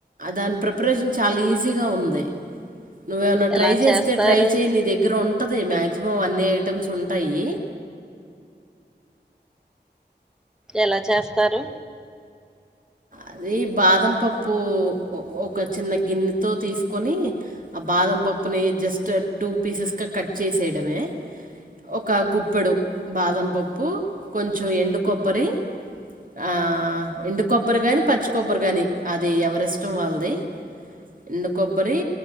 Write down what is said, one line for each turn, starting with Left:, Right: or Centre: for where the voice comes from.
Right: దాని ప్రిపరేషన్ చాలా ఈజీగా ఉంది నువ్వేమైన్నా
Centre: ఎలా
Right: ట్రై చేస్తే
Centre: చేస్తారు
Right: ట్రై చేయయి నీ దగ్గర ఉంట ఉంటంది మాక్సిమం అన్ని ఐటమ్స్ ఉంటాయి
Centre: ఎలా చేస్తారు
Right: అదే బాదం పప్పు ఒక చిన్న గిన్నెతో తీసుకొని ఆ బాదం మత్తం పప్పు ని జస్ట్ టూ పీసెస్ గా కట్ చేసేయడమే ఒక గుప్పెడు బాదం పప్పు కొంచెం ఎండు కొబ్బరి ఆ ఎండు కొబ్బరి గాని పచ్చి కొబ్బరి గాని అది ఎవరిష్టం వాళ్ళది ఎండు కొబ్బరి